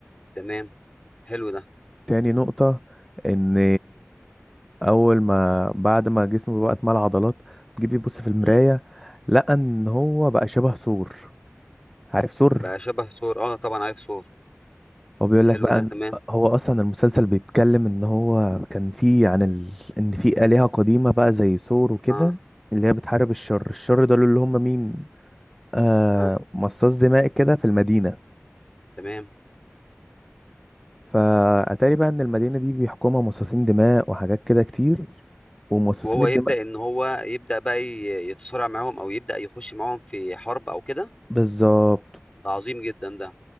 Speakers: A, on the left; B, in the centre.
A: تمام حلو ده
B: تاني نقطة ان اول ما بعد ما جسمه بقى اتملى عضلات تجيب يبص في المراية
A: مم.
B: لقى ان هو بقى شبه ثور عارف ثور
A: بقى شبه ثور اه طبعا عارف ثور
B: هو بيقول
A: حلو
B: لك بقى
A: ده
B: إن
A: تمام
B: هو اصلا المسلسل بيتكلم ان هو كان فيه عن ال... ان في آلهة قديمة بقى زي ثور وكده
A: اه
B: اللي هي بتحارب الشر الشر دول اللي هم مين آه
A: اه
B: مصاص دماء كده في المدينة
A: تمام
B: فأتاري بقى ان المدينة دي بيحكمها مصاصين دماء وحاجات كده كتير ومصاصين
A: وهو
B: الدماء
A: يبدأ ان هو يبدأ بقى ي- يتصارع معاهم او يبدأ يخش معاهم في حرب او كده
B: بالظبط
A: ده عظيم جدا ده